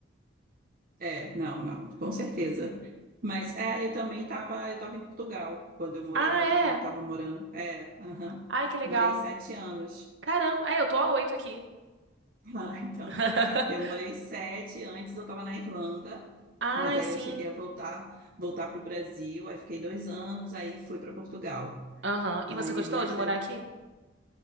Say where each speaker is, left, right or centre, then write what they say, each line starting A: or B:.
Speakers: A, on the right; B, on the right.
A: É, não, não, com certeza. Mas é, eu também estava, eu estava em Portugal quando eu morei,
B: Ah,
A: eu
B: é?
A: estava, estava morando. É, aham.
B: Ai, que legal.
A: Morei sete anos. <laughs>
B: Caramba, é, eu tô a oito aqui.
A: Ah, então,
B: <laughs>
A: eu morei sete, antes eu estava na Irlanda,
B: Ai,
A: mas aí
B: sim.
A: eu cheguei a voltar, voltar para o Brasil, aí fiquei dois anos, aí fui para Portugal.
B: Aham. E
A: Aí,
B: você gostou
A: mas
B: de morar
A: deu
B: aqui?